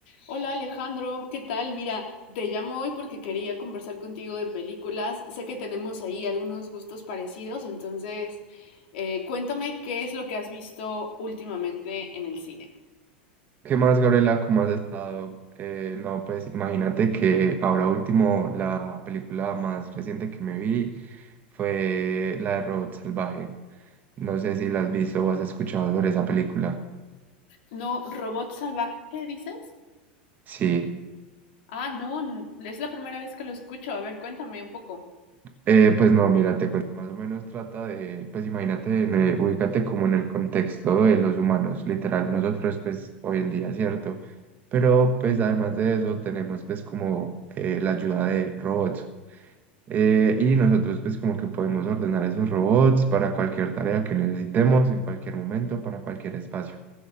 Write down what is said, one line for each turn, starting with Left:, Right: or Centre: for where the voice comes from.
Left: Hola Alejandro, ¿qué tal? Mira, te llamo hoy porque quería conversar contigo de películas. Sé que tenemos ahí algunos gustos parecidos, entonces eh, cuéntame qué es lo que has visto últimamente en el cine.
Right: ¿Qué más, Gabriela? ¿Cómo has estado? Eh, no, pues imagínate que ahora último la película más reciente que me vi fue la de Robot Salvaje. No sé si la has visto o has escuchado sobre esa película.
Left: No, Robot Salvaje, dices?
Right: Sí.
Left: Ah, no, n- es la primera vez que lo escucho. A ver, cuéntame un poco.
Right: Eh, pues no, mira, te cuento más o menos trata de, pues imagínate, en el- ubícate como en el contexto de los humanos, literal, nosotros pues hoy en día, ¿cierto? Pero pues además de eso tenemos pues como eh, la ayuda de robots. eh, y nosotros pues como que podemos ordenar esos robots para cualquier tarea que necesitemos, en cualquier momento, para cualquier espacio.